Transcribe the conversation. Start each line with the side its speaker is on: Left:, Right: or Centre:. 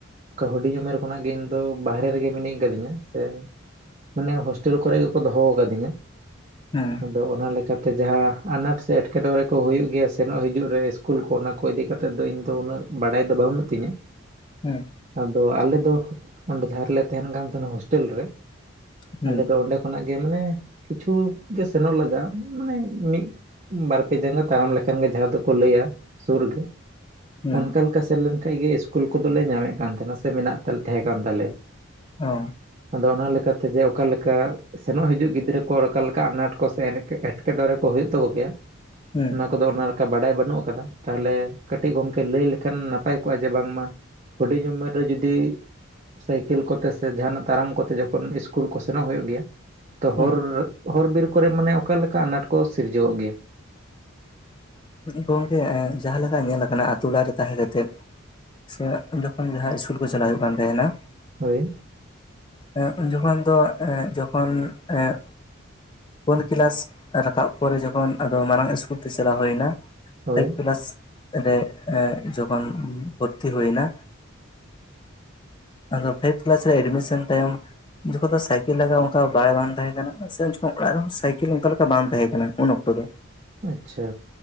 Right: ᱦᱩᱰᱤᱧ ᱩᱢᱮᱨ ᱠᱷᱚᱱᱟᱜ ᱜᱮ ᱤᱧ ᱫᱚ ᱵᱟᱦᱨᱮ ᱨᱮᱜᱮ ᱢᱤᱱᱟᱹᱧ ᱠᱟᱹᱫᱤᱧᱟ ᱥᱮᱼᱼ ᱢᱟᱱᱮ ᱦᱳᱥᱴᱮᱞ ᱠᱚᱨᱮ ᱜᱮᱠᱚ ᱫᱚᱦᱚ ᱟᱠᱟᱫᱤᱧᱟ᱾
Left: ᱦᱮᱸ
Right: ᱟᱫᱚ ᱚᱱᱟ ᱞᱮᱠᱟᱛᱮ ᱡᱟᱦᱟᱸ ᱟᱱᱟᱴ ᱥᱮ ᱮᱴᱠᱮᱴᱚᱬᱮ ᱠᱚ ᱦᱩᱭᱩᱜ ᱜᱮᱭᱟ ᱥᱮᱱᱚᱜ ᱦᱤᱡᱩᱜ ᱨᱮ ᱤᱥᱠᱩᱞ ᱠᱚ ᱚᱱᱟᱼᱼ ᱠᱚ ᱤᱫᱤ ᱠᱟᱛᱮᱫ ᱫᱚ ᱤᱧ ᱫᱚ ᱩᱱᱟᱹᱜ ᱵᱟᱰᱟᱭ ᱫᱚ ᱵᱟᱹᱱᱩᱜ ᱛᱤᱧᱟᱹ
Left: ᱦᱮᱸ
Right: ᱟᱫᱚ ᱟᱞᱮ ᱫᱚ ᱚᱸᱰᱮ ᱡᱟᱦᱟᱸ ᱨᱮᱞᱮ ᱛᱟᱦᱮᱱ ᱠᱟᱱ ᱛᱟᱦᱮᱱᱟ ᱦᱳᱥᱴᱮᱞ ᱨᱮ
Left: ᱦᱮᱸ
Right: ᱟᱞᱮ ᱫᱚ ᱚᱸᱰᱮᱼᱼ ᱠᱷᱚᱱᱟᱜ ᱜᱮ ᱢᱟᱱᱮ ᱠᱤᱪᱷᱩ ᱜᱮ ᱥᱮᱱᱚᱜ ᱞᱟᱜᱟᱜᱼᱟ ᱢᱟᱱᱮ ᱢᱤᱫᱼᱼ ᱵᱟᱨ ᱯᱮ ᱡᱟᱸᱜᱟ ᱛᱟᱲᱟᱢ ᱞᱮᱠᱷᱟᱱ ᱜᱮ ᱡᱟᱦᱟᱸ ᱫᱚᱠᱚ ᱞᱟᱹᱭᱟ ᱥᱩᱨ ᱜᱮ᱾
Left: ᱦᱮᱸ
Right: ᱚᱱᱠᱟ ᱞᱮᱠᱟ ᱥᱮᱱ ᱞᱮᱱ ᱠᱷᱟᱡ ᱜᱮ ᱤᱥᱠᱩᱞ ᱠᱚᱫᱚ ᱞᱮ ᱧᱟᱢᱮᱫ ᱠᱟᱱ ᱛᱟᱦᱮᱱᱟ ᱥᱮ ᱢᱮᱱᱟᱜ ᱛᱮ ᱛᱮᱦᱮᱸ ᱠᱟᱱ ᱛᱟᱞᱮᱭᱟ᱾
Left: ᱚ
Right: ᱫᱚ ᱚᱱᱟ ᱞᱮᱠᱟᱛᱮ ᱡᱮ ᱚᱠᱟ ᱞᱮᱠᱟ ᱥᱮᱱᱚᱜ ᱦᱤᱡᱩᱜ ᱜᱤᱫᱽᱨᱟᱹ ᱠᱚ ᱚᱠᱟ ᱞᱮᱠᱟ ᱟᱱᱟᱴ ᱠᱚ ᱥᱮ ᱮᱱ ᱮᱴᱠᱮᱰᱚᱨᱮ ᱠᱚ ᱦᱩᱭᱩᱜ ᱛᱟᱠᱚ ᱜᱮᱭᱟ
Left: ᱦᱮᱸ
Right: ᱚᱱᱟ ᱠᱚᱫᱚ ᱚᱱᱟ ᱞᱮᱠᱟ ᱵᱟᱰᱟᱭ ᱵᱟᱹᱱᱩᱜ ᱟᱠᱟᱫᱟ ᱛᱟᱦᱚᱞᱮ ᱠᱟᱹᱴᱤᱡ ᱜᱚᱝᱠᱮ ᱞᱟᱹᱭ ᱞᱮᱠᱷᱟᱱ ᱱᱟᱯᱟᱭ ᱯᱟᱭ ᱠᱚᱜ-ᱟ ᱡᱮ ᱵᱟᱝᱢᱟ ᱦᱩᱰᱤᱧ ᱩᱢᱮᱨ ᱨᱮ ᱡᱩᱫᱤ ᱥᱟᱭᱠᱮᱞ ᱠᱚᱛᱮ ᱥᱮ ᱡᱟᱦᱟᱱᱟᱜ ᱛᱟᱨᱟᱢ ᱠᱚᱛᱮ ᱡᱚᱠᱷᱚᱱ ᱤᱥ ᱠᱩᱞ ᱠᱚ ᱥᱮᱱᱚᱜ ᱦᱳᱭᱳᱜ ᱜᱮᱭᱟ ᱛᱚ
Left: ᱦᱮᱸ
Right: ᱦᱚᱨ ᱦᱚᱨ ᱵᱤᱨ ᱠᱚᱨᱮ ᱢᱟᱱᱮᱜ ᱚᱠᱟ ᱞᱮᱠᱟ ᱟᱱᱟᱴ ᱠᱚ ᱥᱤᱨᱡᱟᱹᱣᱚᱜ ᱜᱮᱭᱟ?
Left: ᱜᱚᱝᱠᱮ ᱡᱟᱦᱟᱸ ᱞᱮᱠᱟ ᱧᱮᱞ ᱟᱠᱟᱱᱟ ᱟᱹᱛᱩ ᱚᱲᱟᱜᱨᱮ ᱛᱟᱦᱮᱸ ᱠᱟᱛᱮᱫ ᱥᱮ ᱡᱚᱠᱷᱚᱱ ᱡᱟᱦᱟᱸ ᱤᱥᱠᱩᱞ ᱠᱚ ᱪᱟᱞᱟᱜ ᱦᱩᱭᱩᱜ ᱠᱟᱱ ᱛᱟᱦᱮᱱᱟ
Right: ᱦᱳᱭ
Left: ᱮ ᱩᱱ ᱡᱚᱠᱷᱚᱱ ᱫᱚ ᱮ ᱡᱚᱠᱷᱚᱱ ᱮᱜ ᱯᱳᱱ ᱠᱮᱞᱟᱥ ᱨᱟᱠᱟᱵ ᱯᱚᱨᱮ ᱡᱚᱠᱷᱚᱱ ᱟᱫᱚ ᱢᱟᱨᱟᱝ ᱤᱥ ᱠᱩᱞ ᱛᱮ ᱪᱟᱞᱟᱣ ᱦᱳᱭᱱᱟ
Right: ᱦᱳᱭ
Left: ᱯᱷᱟᱭᱤᱵ ᱯᱞᱟᱥ ᱨᱮ ᱡᱚᱠᱷᱚᱱ ᱵᱷᱚᱨᱛᱤ ᱦᱩᱭᱱᱟ ᱟᱫᱚ ᱯᱷᱟᱭᱤᱯ ᱠᱮᱞᱟᱥ ᱨᱮ ᱮᱰᱢᱤᱥᱮᱱ ᱛᱟᱭᱚᱢ ᱡᱚᱠᱷᱚ ᱫᱚ ᱥᱟᱭᱠᱮᱞ ᱞᱟᱜᱟ ᱚᱝᱠᱟ ᱵᱟᱲᱟᱭ ᱵᱟᱝ ᱛᱟᱦᱮᱸ ᱠᱟᱱᱟ ᱥᱮ ᱡᱚᱠᱷᱚᱱ ᱚᱲᱟᱜ ᱨᱮᱦᱚᱸ ᱥᱟᱭᱠᱮᱞ ᱚᱝᱠᱟ ᱞᱮᱠᱟ ᱵᱟᱝ ᱛᱟᱦᱮᱸ ᱠᱟᱱᱟ ᱩᱱ ᱚᱠᱛᱚ ᱨᱮ᱾
Right: ᱟᱪᱪᱷᱟ